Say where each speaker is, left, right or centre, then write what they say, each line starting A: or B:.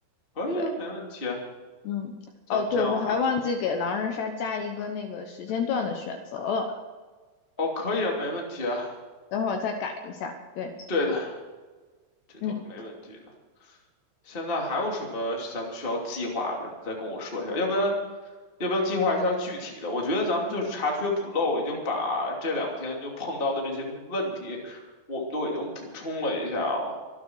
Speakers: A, on the left; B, on the left.
A: 可以啊，
B: 对。
A: 没问题啊。
B: 嗯，
A: 咱们这样的话，
B: 哦，对，我还忘记给狼人杀加一个那个时间段的选择了，
A: 哦，可以啊，没问题啊。
B: 等会儿我再改一下。对，
A: 对的，这都是没问题的。
B: 嗯。
A: 现在还有什么咱们需要计划的？再跟我说一下，要不然要不要计划一下具体的？我觉得咱们就是查缺补漏，已经把这两天就碰到的这些问题，我们都已经补充了一下了。